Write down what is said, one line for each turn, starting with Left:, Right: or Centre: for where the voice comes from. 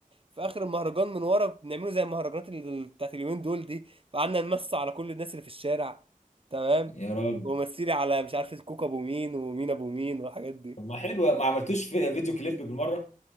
Right: في اخر المهرجان من ورا بنعمله زي المهرجانات ال- بتاعت اليومين دول دي فقعدنا نمس على كل الناس اللي في الشارع تمام
Left: يا راجل
Right: ومثلي على مش عارف الكوكا ابو مين ومين ابو مين والحاجات دي
Left: طب ما حلو ما عملتوش في فيديو كليب بالمره